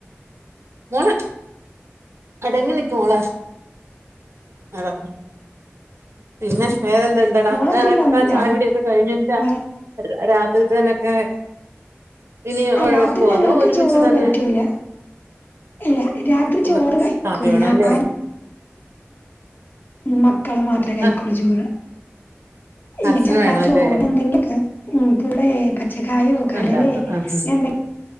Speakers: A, on the right (about 65°); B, on the left (about 45°).
A: മോളെ അടങ്ങി നിക്കും മോളെ അതാ പിന്നെ വേറെന്ത ഇണ്ടടാ
B: മോളെത്രയിലാ
A: ഏ
B: ഒന്നിലോ?
A: ആ ചായ കുടിയൊക്കെ കഴിഞ്ഞിന്താ
B: മോളെ
A: അടുകള രാത്രിത്തേനോക്കെ ഇനി
B: ആഹ്
A: ഒഴ
B: രാത്രി
A: വെക്കൂ
B: ഞങ്ങൾക്ക്
A: അതോ ഒരുമിച്ച്
B: ചോറ്
A: തന്നെ
B: പറ്റൂല. ഇല്ല രാത്രി ചോറ്
A: ഉവ്വ്
B: കഴിക്കൂല
A: കാപ്പി വേണ
B: ഞാൻ
A: അല്ലേ
B: മക്കള് മാത്രേ കൈക്കൊള്ളൂ
A: ആഹ്
B: ചോറ് ഇല്ല
A: ഹസ്സിന്
B: ചപ്പാത്തി
A: വേണം അല്ലേ
B: ഓഡ് ണ്ടെങ്കി അ് ന്ക്കിവിടെ <inaudible> പച്ചക്കായോ കടലേ
A: ഉണ്ടാക്കാം ആഹ്
B: എന്തൊ